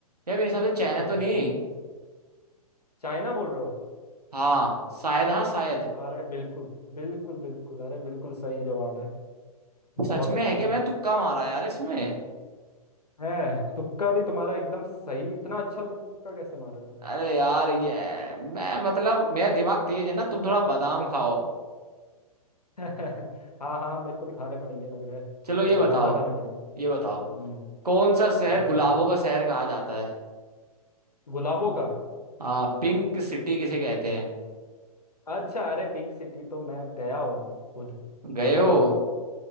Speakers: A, on the right (about 80°); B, on the left (about 85°).
A: मेरे हिसाब से चाइना
B: हाँ हाँ
A: तो नहीं
B: चाइना बोल रहे हो
A: हाँ शायद हाँ शायद
B: अरे बिल्कुल बिल्कुल बिल्कुल अरे बिल्कुल सही जवाब है बहुत
A: सच में
B: अच्छे
A: है क्या मैंने तुक्का मारा यार इसमें
B: है तुक्का भी तुम्हारा एकदम सही इतना अच्छा तुक्का कैसे मार रहे हो तुम
A: अरे यार ये मैं मतलब मेरा दिमाग तेज है ना तुम थोड़ा बादाम खाओ
B: <laughs> हाँ हाँ मेरे को भी खाने पड़ेंगे लग रहा है
A: चलो ये
B: थोड़ा
A: बताओ
B: ज्यादा खाने पड़ेंगे
A: ये बताओ
B: हम्म
A: कौन सा शहर
B: पूछो
A: गुलाबों
B: पूछो।
A: का शहर कहा जाता है
B: गुलाबों का
A: हाँ पिंक सिटी किसे कहते हैं
B: अच्छा अरे पिंक सिटी तो मैं गया हुआ हूँ खुद
A: गए
B: दो तीन
A: हो
B: बार